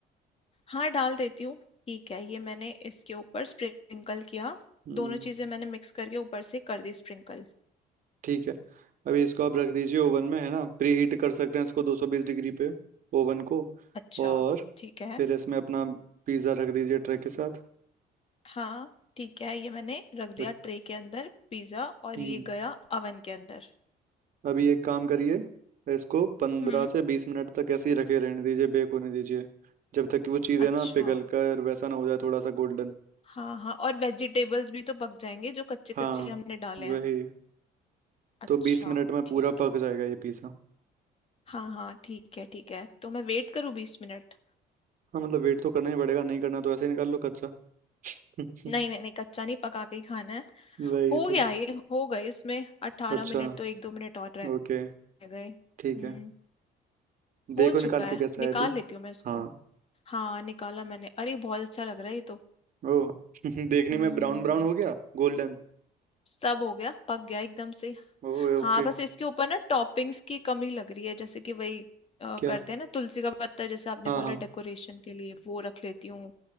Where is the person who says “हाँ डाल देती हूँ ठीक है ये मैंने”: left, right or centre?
Left